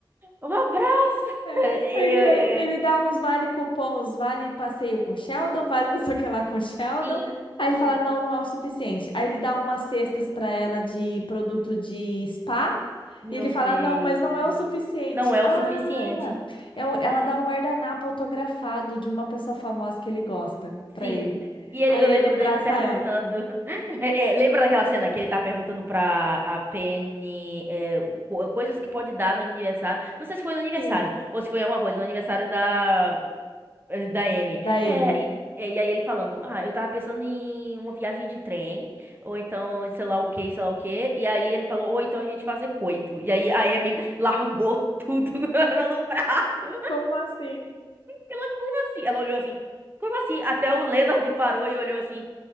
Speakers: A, on the right; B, on the left.
A: um abraço. <laughs>
B: É,
A: É,
B: porque
A: é,
B: ele
A: é,
B: dá uns vale cupons, vale passeio com Sheldon, vale não sei o que lá com Sheldon.
A: Sim,
B: Aí ele
A: sim.
B: fala, não, não é o suficiente. Aí ele dá umas cestas para ela de produto de spa.
A: Meu
B: E ele fala,
A: Deus.
B: não, mas não é o suficiente.
A: Não é
B: Ah,
A: o suficiente.
B: é o- ela
A: Ah,
B: dá um guardanapo autografado de uma pessoa famosa que ele gosta para
A: Sim.
B: ele.
A: E ele-
B: Aí
A: eu
B: ele
A: lembro
B: abraça
A: dele perguntando.
B: ela.
A: <laughs> É, é, lembra daquela cena que ele tá perguntando pra a Penny é, co- coisas que pode dar no aniversário? Não sei se foi no aniversário
B: Sim,
A: ou se foi alguma coisa, no aniversário da, eh, da Amy.
B: da Amy.
A: É, e, é, e aí ele falando: Ah, eu tava pensando em uma viagem de trem, ou então sei lá o que, sei lá o que. E aí ele falou: Ou então a gente fazer coito. E aí a Amy largou tudo <laughs> no, no prato.
B: Como assim?
A: Ela, como assim? Ela olhou assim, como assim? Até o Leonard parou e olhou assim,